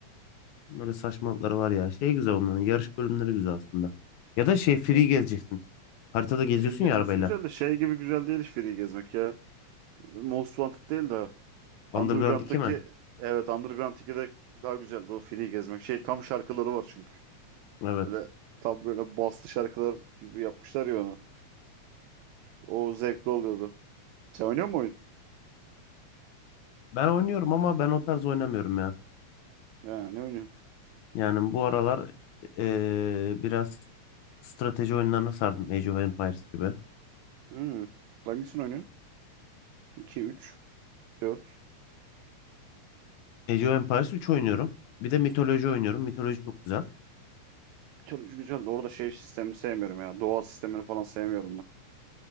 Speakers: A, on the left; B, on the right.
A: Böyle saçmalıkları var ya. Şey güzel onların yarış bölümleri güzel aslında. Ya da şey free
B: Ya,
A: gezeceksin. Haritada
B: free
A: geziyorsun
B: gezmesi
A: ya arabayla.
B: güzel de şey gibi güzel değil hiç free gezmek ya. Most Wanted değil de
A: Underground
B: Underground'daki
A: iki mi?
B: evet Underground 2'de daha güzeldi o free gezmek. Şey tam şarkıları var çünkü.
A: Evet.
B: Böyle tam böyle baslı şarkılar gibi yapmışlar ya onu. O zevkli oluyordu. Sen oynuyor musun oyun?
A: Ben oynuyorum ama ben o tarz oynamıyorum ya.
B: Ha, ne oynuyorsun?
A: Yani bu aralar eee, biraz strateji oyunlarına sardım. Age of Empires gibi.
B: Hmm. Hangisini oynuyorsun? 2, 3 dört
A: Age of Empires 3 oynuyorum. Bir de mitoloji oynuyorum. Mitoloji çok güzel.
B: Mitoloji güzeldi orada şey sistemini sevmiyorum ya. Doğa sistemini falan sevmiyorum ben.